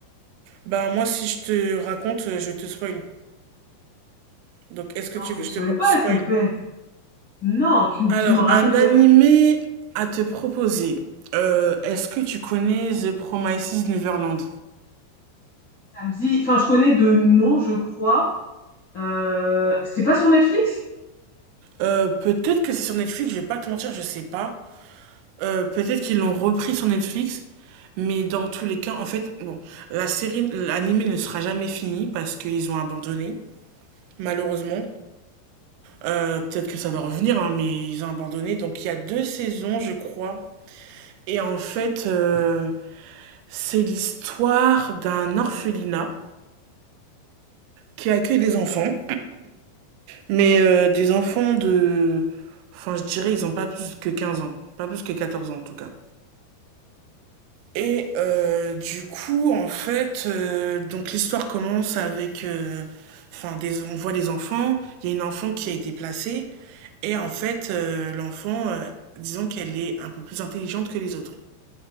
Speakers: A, on the right; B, on the left.
A: Bah moi si je te raconte, euh, je te spoil. Donc est-ce que
B: Non,
A: tu veux
B: me
A: que je
B: spoil
A: te po-
B: pas,
A: spoil?
B: s'il te plaît. Non, tu,
A: Alors
B: tu me racontes
A: un animé
B: euh,
A: à te proposer. Euh, est-ce que tu connais The Promises Neverland?
B: samedi. Enfin, je connais de nom, je crois. Euh, c'est pas sur Netflix?
A: Euh, peut-être que c'est sur Netflix, je vais pas te mentir, je sais pas. Euh, peut-être qu'ils l'ont repris sur Netflix, mais dans tous les cas, en fait, bon, la série, l'animé ne sera jamais fini parce qu'ils ont abandonné, malheureusement. Euh, peut-être que ça va revenir, hein, mais ils ont abandonné. Donc il y a deux saisons, je crois. Et en fait, euh, C'est l'histoire d'un orphelinat qui accueille des enfants, mais euh, des enfants de... Enfin, je dirais, ils ont pas plus que 15 ans. Pas plus que 14 ans, en tout cas. Et euh, du coup, en fait, euh, donc l'histoire commence avec... euh, Enfin, des- on voit les enfants. Il y a une enfant qui a été placée. Et en fait, euh, l'enfant, euh, disons qu'elle est un peu plus intelligente que les autres.